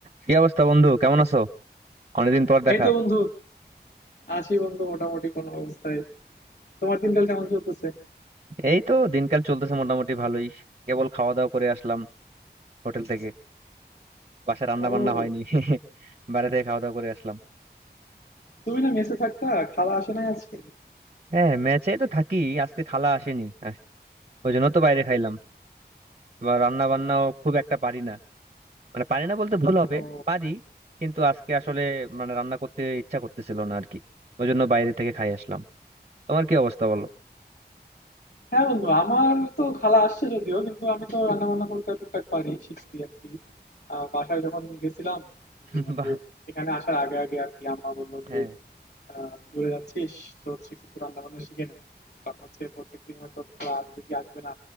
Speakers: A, on the right; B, on the left.
A: কি অবস্থা বন্ধু কেমন আছো অনেকদিন পর দেখা
B: এই তো বন্ধু আছি বন্ধু মোটামুটি কোনো অবস্থায় তোমার দিনকাল কেমন চলতেছে
A: এই তো দিনকাল চলতেছে মোটামুটি ভালোই কেবল খাওয়া দাওয়া করে আসলাম হোটেল থেকে বাসায় রান্না
B: ও
A: বান্না হয়নি <laughs> বাইরে থেকে খাওয়া দাওয়া করে আসলাম
B: তুমি না মেসে থাকতা খালা আসে নাই আজকে
A: হ্যাঁ ম্যাচে তো থাকি আজকে খালা আসেনি আহ, ওই জন্য তো বাইরে খাইলাম বা রান্না বান্নাও খুব একটা পারি না মানে পারি না বলতে ভুল হবে
B: ও
A: পারি কিন্তু আজকে আসলে মানে রান্না করতে ইচ্ছা করতেছিল না আর কি ওই জন্য বাইরে থেকে খাই আসলাম তোমার কি অবস্থা বলো
B: হ্যাঁ বন্ধু আমার তো খালা আসছে যদিও কিন্তু আমি তো রান্না বান্না করতে টুকটাক পারি শিখছি আর কি আহ, বাসায় যখন গেছিলাম উম,
A: <laughs>
B: ওই
A: বাহ
B: যে এখানে আসার আগে আগে আর কি আম্মা বললো যে
A: হ্যাঁ
B: আহ, দূরে যাচ্ছিস তো হচ্ছে কিছু রান্না বান্না শিখে নে কারণ হচ্ছে প্রত্যেকদিন হয়তো খালা আসবে কি আসবে না